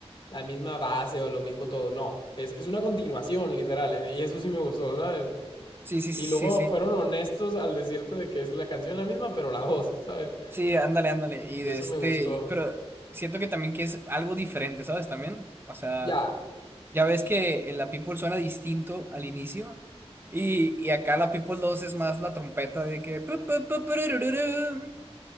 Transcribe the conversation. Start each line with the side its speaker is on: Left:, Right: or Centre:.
Left: la misma base o lo mismo todo, no, es, es una continuación, literal, y eso sí me gustó, ¿sabes?
Right: Sí, sí,
Left: Y
Right: sí,
Left: luego
Right: sí, sí.
Left: fueron honestos al decirte de que es la canción la misma, pero la voz, ¿sabes?
Right: Sí, ándale, ándale. Y
Left: Y
Right: de
Left: eso
Right: este,
Left: me gustó.
Right: y- pero siento que también que es algo diferente, ¿sabes? También. O sea.
Left: Ya,
Right: Ya ves que la People suena distinto al inicio. Y, y acá la People 2 es más la trompeta de que. pu, pu, pu, purururum,